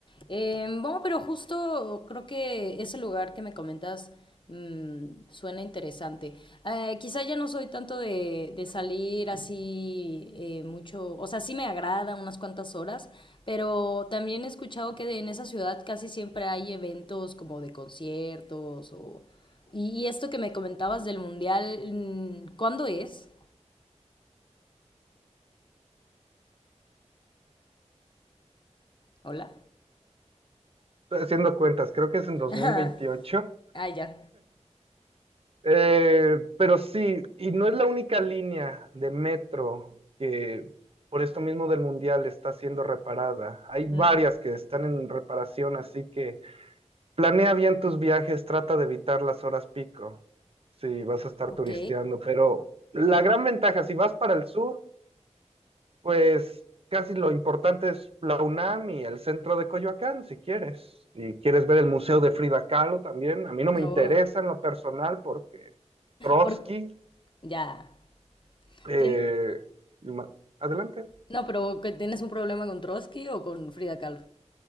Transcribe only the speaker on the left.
Eh, bueno, pero justo creo que ese lugar que me comentas mm, suena interesante. Eh, quizá ya no soy tanto de, de salir así eh, mucho, o sea, sí me agrada unas cuantas horas, pero también he escuchado que de- en esa ciudad casi siempre hay eventos como de conciertos o... Y, y esto que me comentabas del mundial, mm, ¿cuándo es? Hola.
<laughs> Ah, ya.
Mm,
ok.
No.
Por- Ya.
Tien-
No, pero que tienes un problema con Trotsky o con Frida Kahlo.